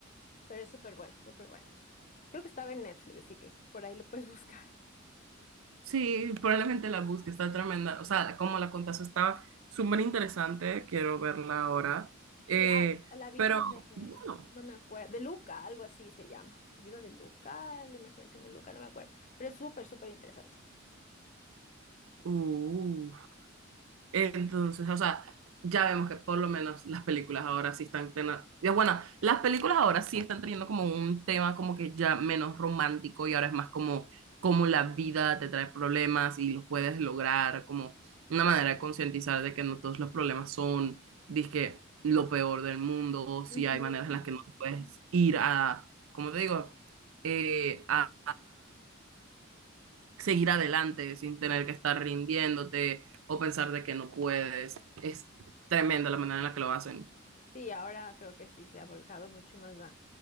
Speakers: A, on the left; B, on the right.
A: pero es súper buena, súper buena. Creo que estaba en Netflix, así que por ahí lo puedes <laughs> buscar.
B: Sí, probablemente la busque, está tremenda. O sea, como la contaste, estaba súper interesante. Quiero verla ahora. Eh,
A: Sí, ah, la vida
B: pero
A: de,
B: bueno.
A: no me acuerdo, de Luca, algo así se llama. La vida de Luca, la imaginación de Luca, no me acuerdo. Pero es súper, súper interesante.
B: Uh, entonces, o sea, ya vemos que por lo menos las películas ahora sí están tena- ya bueno, las películas ahora sí están teniendo como un tema como que ya menos romántico y ahora es más como como la vida te trae problemas y los puedes lograr, como una manera de concientizar de que no todos los problemas son, dizque, lo peor del mundo, o si
A: Ujú.
B: hay maneras en las que no te puedes ir a, como te digo, eh, a, seguir adelante sin tener que estar rindiéndote o pensar de que no puedes. Es tremenda la manera en la que lo hacen.
A: Sí, ahora creo que sí se ha volcado mucho más a,